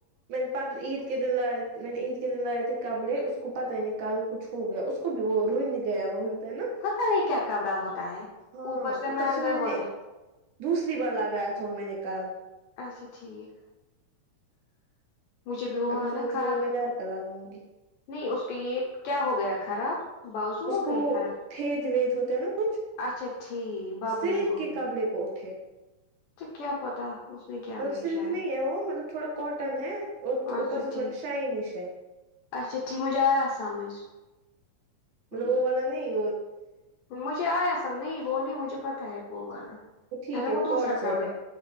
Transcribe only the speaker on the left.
پتا نہیں کیا کپڑا ہوتا ہے
مہنگے
ہوتے
اچھا ٹھیک مجھے بھی وہ
ہو
ہے
نا کرا
نہیں اس کے یہ کیا ہو گیا خراب بازو
ہو
گئے خراب
اچھا ٹھیک ببلنگ
ہوگی
تو کیا پتا اس نے کیا
بھیجا
اچھا
ٹھیک
اچھا ایا سمجھ ہ
مجھے آیا سب نہیں وہ نہیں مجھے پتا ہے وہ والا
ہے نا وہ دوسرا
قبر